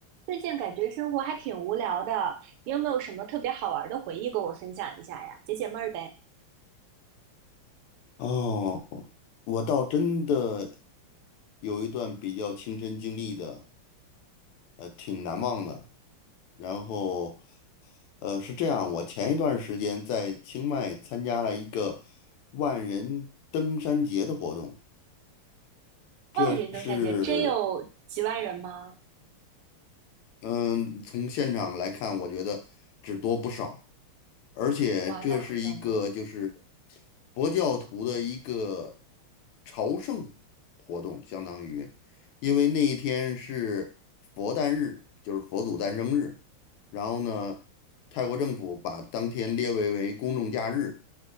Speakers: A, on the right; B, on the left.
A: 最近感觉生活还挺无聊的，你有没有什么特别好玩的回忆跟我分享一下呀？解解闷儿呗。
B: 哦，我倒真的有一段比较亲身经历的，呃，挺难忘的。然后，呃，是这样，我前一段时间在清迈参加了一个万人登山节的活动，
A: 万人登山节真有几万人吗？
B: 这是，嗯，从现场来看，我觉得只多不少。而且这是一个就是
A: 哇，那好壮观！
B: 佛教徒的一个朝圣活动，相当于，因为那一天是佛诞日，就是佛祖诞生日。然后呢，泰国政府把当天列为为公众假日，